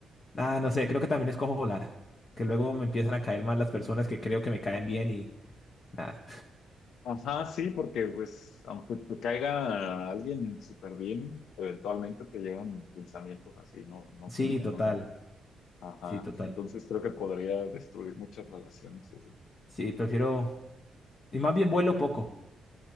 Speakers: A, on the left; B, on the left.
A: nada, no sé, creo que también escojo volar, que luego me empiezan a caer mal las personas que creo que me caen bien y nada.
B: Ajá, sí, porque pues aunque te caiga alguien súper bien, eventualmente te llegan pensamientos así, no, no
A: Sí,
B: tan buenos,
A: total,
B: ¿no? Ajá,
A: sí, total.
B: entonces creo que podría destruir muchas relaciones eso.
A: Sí, prefiero, y más bien vuelo poco.